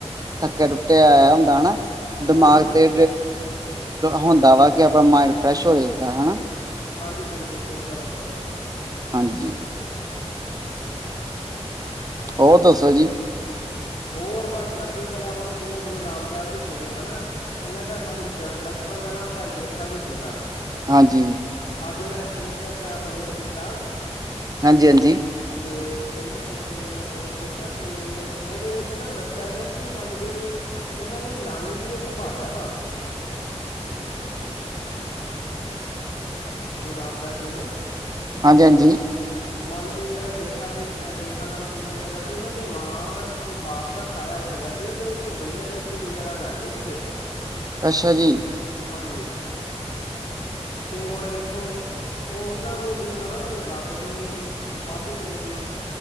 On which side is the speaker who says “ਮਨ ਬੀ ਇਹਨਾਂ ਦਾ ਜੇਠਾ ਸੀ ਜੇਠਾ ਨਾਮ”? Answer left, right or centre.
Left